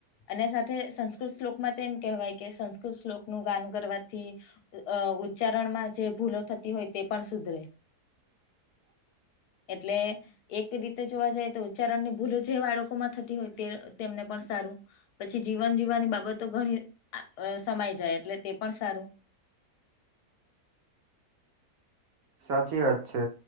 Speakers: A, on the left; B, on the right.
A: અને સાથે સંસ્કૃત શ્લોકમાં તો એમ કહેવાય કે સંસ્કૃત શ્લોક નું ગાન કરવાથી. અ ઉચ્ચારણ માં જે ભૂલો થતી હોય તે પણ સુધરે.
B: <unintelligible>
A: એટલે. એક રીતે જોવા જાય તો ઉચ્ચારણ ની ભૂલો જે બાળકો માં થતી હોય તે તેમને પણ સારું. પછી જીવન જીવવાની બાબતો ઘણી સમાય જાય એટલે તે પણ સારું.
B: સાચી વાત છે